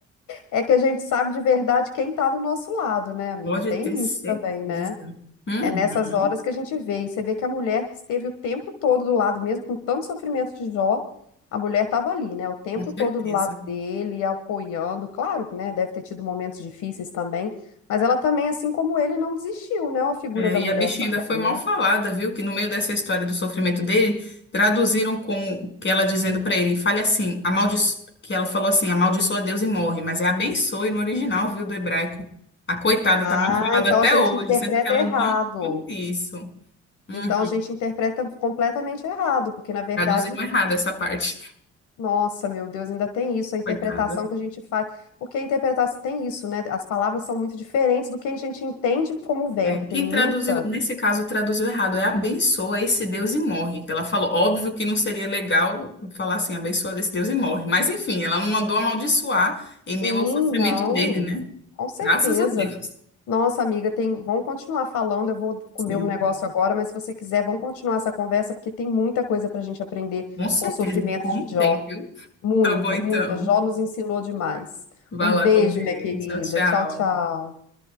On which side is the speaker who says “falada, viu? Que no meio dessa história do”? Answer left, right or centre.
Left